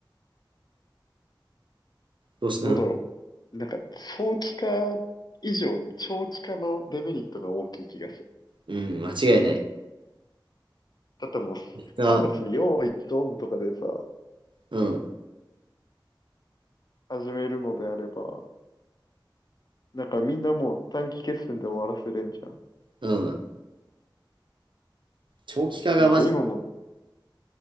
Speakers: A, on the right (about 70°); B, on the left (about 55°).
A: どうし、
B: どうだろう。
A: うん、
B: なんか、早期化以上に長期化のデメリットが大きい気がする。
A: うん、間違いない。
B: だってもう、
A: が、
B: 3月に用意ドンとかでさ、
A: うん、
B: 始めるのであれば、なんかみんなもう短期決戦で終わらせれんじゃん。
A: うん。長期化がマジ、
B: なんか今もう